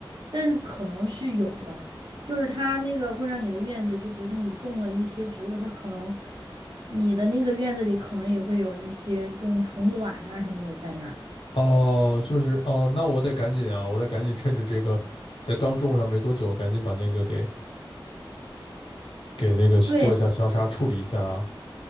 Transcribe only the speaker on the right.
但是可能是有的，就是它那个会让你的院子，就比如说你种了一些植物，它可能你的那个院子里可能也会有一些这种虫卵啊什么的在那儿。
对，